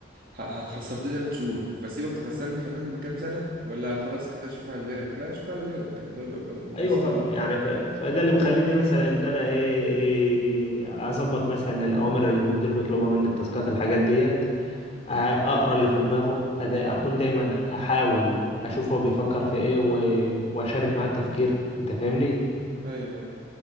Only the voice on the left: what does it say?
ايوه طبعا
يعني ف... فده اللي مخليني مثلا ان انا ايه إيه، اظبط مثلا الاوامر اللي المدير بيطلبها مني التاسكات الحاجات ديت اقرا اللي في دماغه أد- اكون دايما احاول اشوف هو بيفكر في ايه و- واشارك معاه التفكير انت فاهمني